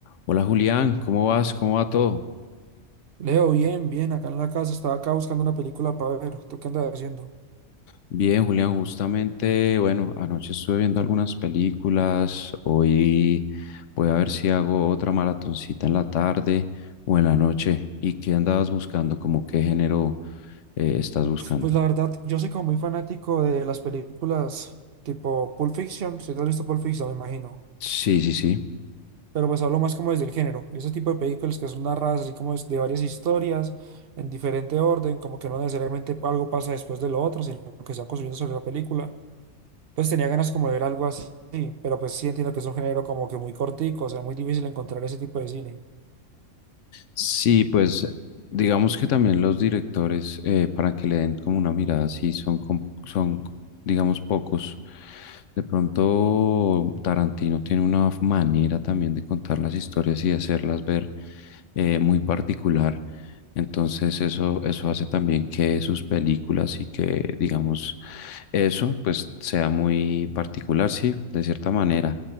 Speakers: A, on the left; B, on the right.
A: Hola Julián, ¿cómo vas? ¿Cómo va todo?
B: Leo, bien, bien, acá en la casa, estaba acá buscando una película para ver, ¿tú qué andas haciendo?
A: Bien, Julián, justamente, bueno, anoche estuve viendo algunas películas, hoy voy a ver si hago otra maratoncita en la tarde o en la noche. ¿Y qué andabas buscando? ¿Cómo qué género eh, estás buscando?
B: Pues la verdad, yo soy como muy fanático de las películas tipo Pulp Fiction, si te has visto Pulp Fiction, me imagino,
A: Sí, sí, sí.
B: pero pues hablo más como desde el género, ese tipo de películas que son narradas así como es de varias historias, en diferente orden, como que no necesariamente algo pasa después de lo otro, sino que se va construyendo sobre la película. Entonces tenía ganas como de ver algo así, pero pues sí entiendo que es un género como que muy cortico, o sea, muy difícil encontrar ese tipo de cine.
A: Sí, pues digamos que también los directores, eh, para que le den como una mirada, sí, son, com- son, digamos, pocos. De pronto Tarantino tiene una manera también de contar las historias y de hacerlas ver eh, muy particular. Entonces eso, eso hace también que sus películas y que, digamos, eso pues sea muy particular, sí, de cierta manera.